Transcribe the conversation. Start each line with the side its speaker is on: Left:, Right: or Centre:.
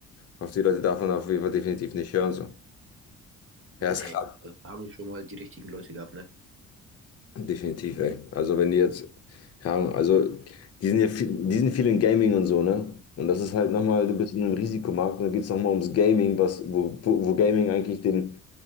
Left: auf die Leute darf man auf jeden Fall definitiv nicht hören. So.
Right: nee,
Left: Ja, ist klar.
Right: also da haben wir schon mal die richtigen Leute gehabt, ne?
Left: Definitiv, ey. Also wenn die jetzt, keine Ahnung, also die sind ja viel, die sind viel in Gaming und so, ne? Und das ist halt nochmal, du bist in einem Risikomarkt und dann geht es nochmal ums Gaming, was, wo, wo, wo Gaming eigentlich den